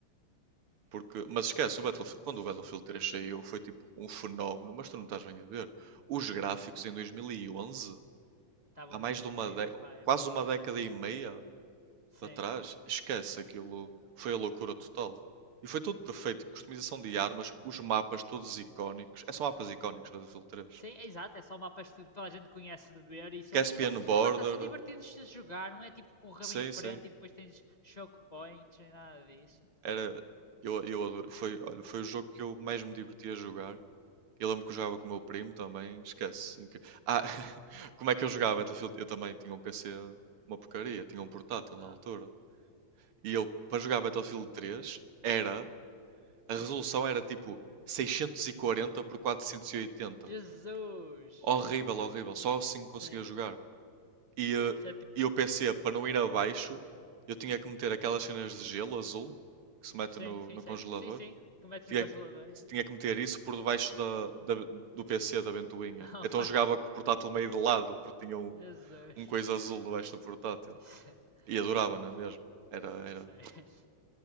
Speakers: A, on the right; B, on the left.
A: Porque, mas esquece, o Battlefield, quando o Battlefield 3 saiu foi tipo um fenómeno, mas tu não estás bem a ver. Os gráficos em 2011,
B: estavam
A: há mais
B: incríveis
A: de uma década,
B: para a
A: quase
B: época.
A: uma
B: é.
A: década e meia
B: Sim.
A: para trás, esquece aquilo, foi a loucura total. E foi tudo perfeito, tipo, customização de armas, os mapas todos icónicos, é, são mapas icónicos do Battlefield 3.
B: Sim, é exato, é só mapas que toda a gente conhece de ver e são,
A: Caspian
B: e são,
A: Border,
B: lá está, são divertidos de se jogar, não é tipo correr
A: sim,
B: bem em frente
A: sim,
B: e depois tens choke points, nem nada disso.
A: era, eu, eu adoro, foi, olha, foi o jogo que eu mais me diverti a jogar Eu lembro que eu jogava com o meu primo também, esquece. inc- Ah, <laughs> como é que eu jogava Battlefield? Eu também tinha um PC, uma porcaria, tinha um portátil na
B: Ah.
A: altura. E eu, para jogar Battlefield 3, era, a resolução era tipo 640 por 480.
B: Jesus!
A: Horrível, horrível, só assim conseguia
B: Sim,
A: jogar. E, eh,
B: isso é tipo,
A: e o PC, para não ir abaixo, eu tinha que meter aquelas cenas de gelo azul que se mete
B: sim,
A: no,
B: sim,
A: no
B: sei,
A: congelador.
B: sim, sim, que metes
A: tinha,
B: no congelador,
A: que-
B: é.
A: tinha que meter isso por debaixo da, da- do PC da ventoinha.
B: <laughs> Oh,
A: Então
B: my-
A: jogava com o portátil meio de lado, porque tinha um,
B: Jesus!
A: um coisa azul debaixo do portátil.
B: <laughs> Sé-
A: E adorava,
B: Olha,
A: não é mesmo? Era, era,
B: Sério.